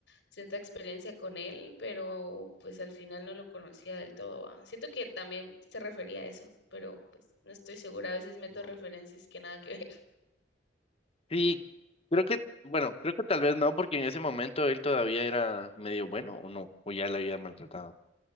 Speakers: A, on the left; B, on the left.
A: cierta experiencia con él, pero pues al final no lo conocía del todo, ¿va? Siento que también se refería a eso, pero pues no estoy segura, a veces meto
B: mm.
A: referencias que nada que <laughs> ver.
B: Sí, creo que, bueno, creo que tal vez no, porque en ese momento él todavía era medio bueno o no, o ya la había maltratado.